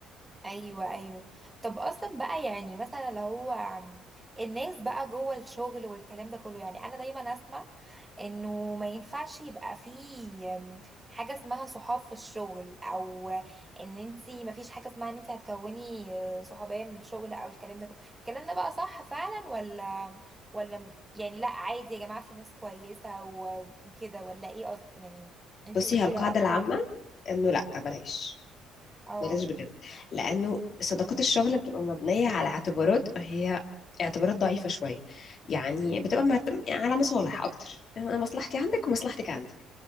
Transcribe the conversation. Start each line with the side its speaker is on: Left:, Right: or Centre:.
Right: ايوه ايوه طب اصلا بقى يعني مثلا لو هو عم- الناس بقى جوه الشغل والكلام ده كله يعني انا دايما اسمع انه ما ينفعش يبقى فيه أم، حاجه اسمها صحاب في الشغل او ان انتي ما فيش حاجه اسمها ان انتي هتكوني آه، صحوبيه من الشغل او الكلام ده كله الكلام ده بقى صح فعلا ولا ولا م- يعني لا عادي يا جماعه في ناس كويسه و- وكده ولا ايه قصد يعني انتي
Left: بصي
Right: قوليلي
Left: هي القاعده
Right: رايك
Left: العامه انه لا بلاش
Right: اه
Left: بلاش بجد لانه صداقات الشغل بتبقى مبنيه على اعتبارات هي اعتبارات ضعيفه شويه يعني بتبقى مت- على مصالح اكتر يعني انا مصلحتي عندك ومصلحتك عندي